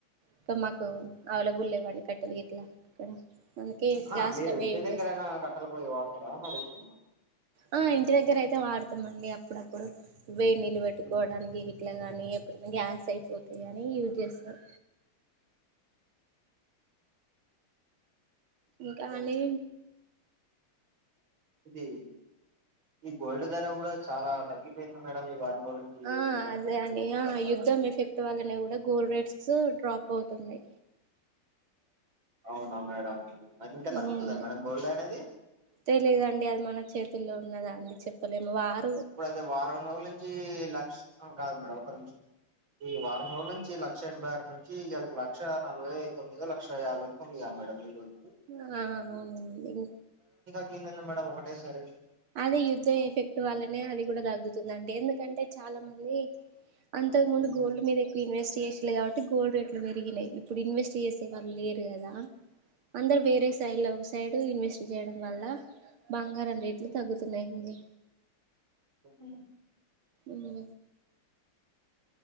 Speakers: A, on the right; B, on the right.
A: ఇక మాకు అవైలబుల్ లేవండి కట్టెల గట్లా ఇక్కడ అందుకే
B: ఆ
A: గ్యాస్
B: మీరు
A: స్టవే
B: ఇంటి
A: యూజ్
B: దగ్గరైనా
A: చేస్తాం
B: కట్టలు పోయి వాడుతారా అని అడుగుతున్న
A: ఆ ఇంటి దగ్గర అయితే వాడతాండి అప్పుడప్పుడు వేడినీళ్లు నిలబెట్టుకోవడానికి
B: హ్మ్.
A: అట్లా గానీ ఎప్పుడైనా గ్యాస్ స్ అయిపోతాయిని యూజ్ చేస్తాం అ
B: అలాఐతే
A: కానీ
B: ఓకే ఇది ఈ గోల్డ్ ధర కూడా చాలా తగ్గిపోయింది మేడం ఈ వారం రోజుల నుంచి
A: ఆ
B: వేటనే
A: అదే
B: తగ్గిపోతుంది
A: అండి ఆ
B: కదా
A: యుద్ధం ఎఫెక్ట్ వల్లనే కూడా గోల్ రేట్స్ డ్రాప్ అవుతుంది
B: అవునా మేడం అది ఇంకా తగ్గుతుందా
A: ఉమ్
B: మేడం గోల్డ్ అనేది
A: తెలిదండి అది మన చేతుల్లో ఉన్నదా అండి చెప్పలే మ్ వార్
B: ఇప్పుడు అయితే వారం రోజుల నుంచి లక్ష కాదు మేడం ఒక నిమిషం ఈ వారం రోజుల నుంచి లక్ష ఎనభై ఆరు నుంచి ఇయాల కు లక్ష నలభై తొమ్మిదో లక్ష యాభ వేల తొమ్మిదో మేడం ఈరోజు
A: ఆ అవునండి
B: తగ్గింది ఏంది మేడం ఒకటే సారి
A: అదే యుద్ధం ఎఫెక్ట్ వల్లనే అది కూడా తగ్గుతుందండి ఎందుకంటే చాలా మంది అంతకు ముందు
B: ఉమ్,
A: గోల్డ్ మీద ఎక్కువ ఇన్వెస్ట్ చేసిల్లు కాబట్టి గోల్డ్ రేట్లు పెరిగినయ్ ఇప్పుడు ఇన్వెస్ట్ చేసే వాళ్ళు లేరు కదా అందరు
B: ఉమ్,
A: వేరే సైడ్ చూ సైడ్ ఇన్వెస్ట్ చేయడం వల్ల బంగారం
B: ఉమ్,
A: తగ్గుతున్నాయి అండి
B: ఉమ్
A: ఉమ్